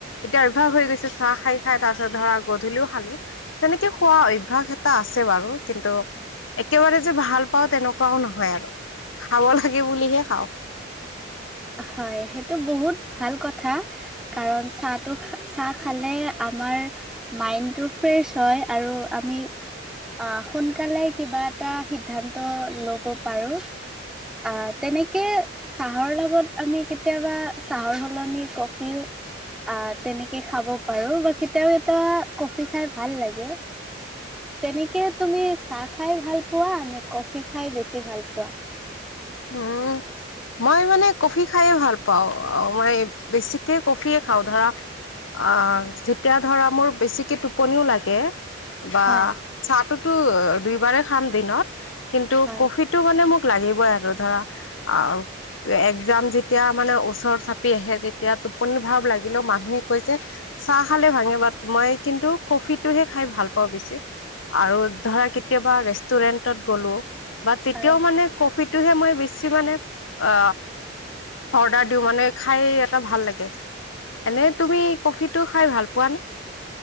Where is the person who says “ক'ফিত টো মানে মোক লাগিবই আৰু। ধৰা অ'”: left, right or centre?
Left